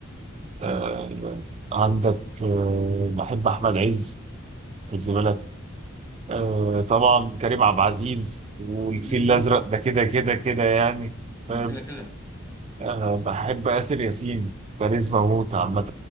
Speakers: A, on the right; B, on the left.
A: آه، عندك آه، بحب احمد عز خد لي بالك آه، طبعا كريم عبد العزيز والفيل
B: مم.
A: الازرق ده كده كده كده يعني فاهم؟
B: ده كده كده
A: آه، بحب اسر ياسين كاريزما موت عامه